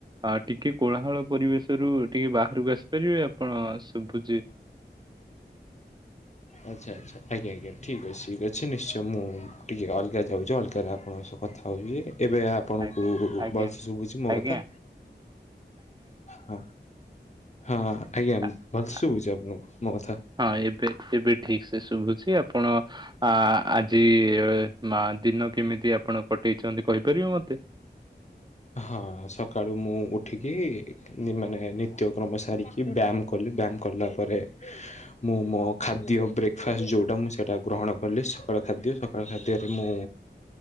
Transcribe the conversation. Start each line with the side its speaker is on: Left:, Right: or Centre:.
Right: ଆ ଟିକେ କୋଳାହାଳ ପରିବେଶରୁ ଟିକେ ବାହାରକୁ ଆସିପାରିବେ ଆପଣ ଶୁଭୁଛି
Left: ଆଚ୍ଛ ଆଚ୍ଛା। ଆଜ୍ଞା ଆଜ୍ଞା ଠିକ୍ ଅଛି ଠିକ୍ ଅଛି ନିଶ୍ଚୟ ମୁଁ ଟିକେ ଅଲଗା ଯାଉଛି ଅଲଗାରେ ଆପଣଙ୍କ ସହ କଥା ହେଉଛି ଏବେ ଆପଣଙ୍କୁ
Right: ଆଜ୍ଞା ଆଜ୍ଞା
Left: ଭଲସ ଶୁୁଛି ମୋ
Right: ଆଜ୍ଞା
Left: କଥା ହଁ ହଁ ଆଜ୍ଞାମ
Right: ଆଜ୍ଞା
Left: ଭଲ ଶୁଛିଣ ମଥା
Right: ହଁ ଏବେ ଏବେ ଠିକ ସେ ଶୁଭୁଛି ଆପଣ ଆ ଆଜି ମା ଦିନ କେମିତି ଆପଣ କଟେଇଛନ୍ତି କହିପାରିବେ ମତେ?
Left: ହଁ ସକାଳୁ ମୁଁ ଉଠିକି ମାନେ ନିତ୍ୟକ୍ରମ ସାରିକି, ବ୍ୟାୟାମ କଲି, ବ୍ୟାୟାମ କଲା ପରେ ମୁଁ ମୋ ଖାଦ୍ୟ ବ୍ରେକ୍ଫାଷ୍ଟ ଯେଉଁଟା ମୁଁ ସେଇଟା ଗ୍ରହଣ କଲି, ସକାଳ ଖାଦ୍ୟ, ସକାଳ ଖାଦ୍ୟରେ ମୁଁ